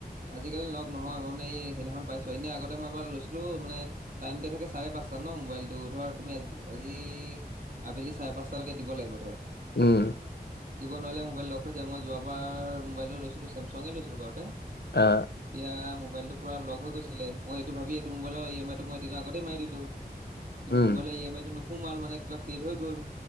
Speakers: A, on the right; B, on the left.
A: আজিকালি লগ নহয়, মই মানে এই সেইদিনাখন পাইছোঁ, এনে আগতে মই এইবাৰ লৈছিলোঁ মানে। টাইম দিয়া থাকে চাৰে পাঁচটা ন মোবাইলটো, ধৰ তুমি আজি আবেলি চাৰে পাঁচটালৈকে দিব লাগিব ধৰ।
B: উম।
A: দিব নোৱাৰিলে মোবাইল লক হৈ যায়, মই যোৱাবাৰ মোবাইলটো লৈছিলোঁ, চেমচাঙে লৈছিলোঁ বাৰুতে।
B: অ'।
A: তেতিয়া মোবাইলটো পুৰা লক হৈ গৈছিলে, মই এইটো ভাবিয়ে এইটো মোবাইলৰ ই এম আইটো মই এদিনৰ আতেই মাৰি দিলোঁ। কিন্তু,
B: উম
A: মোবাইলৰ ই এম আই টো নোসোমাল, মানে কিবা ফেইল হৈ গ'ল।